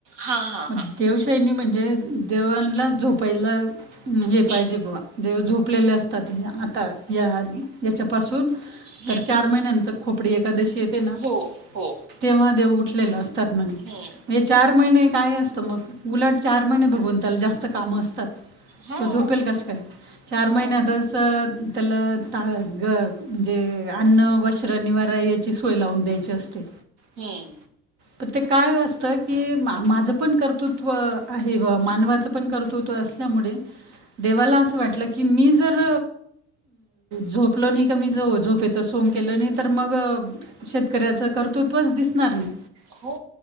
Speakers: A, on the right; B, on the right.
A: हां, हां,
B: मग
A: हां.
B: देवशैनी म्हणजे देवांना झोपायला हे
A: हं.
B: पाहिजे बवा देव झोप तपलेले असतात आता या याच्यापासून
A: हं,
B: तर चार
A: हं.
B: महिन्यांतर खोपडी एखादशी येते ना
A: हो, हो.
B: तेव्हा देव उठलेलं असतात म्हणे
A: हं.
B: चार महिने काय असतं मग उलट चार महिने भगवंताला जास्त कामं असतात
A: हां.
B: तू झोपेल कस काय चार महिन्यातस
A: मग.
B: त्याला ता म्हणजे अन्न वस्त्र निवारा याची सोय लावून द्यायची असते
A: हम्
B: प ते काय असतं की माझं पण कर्तृत्व आहे मानवाचं पण कर्तृत्व असल्यामुळे देवाला अस वाट की मी जर झोपल नाही कमी ज झोपेच सोंग केलं नाही तर मग शेतकऱ्याच कर्तृत्वच दिसणार नाही
A: हो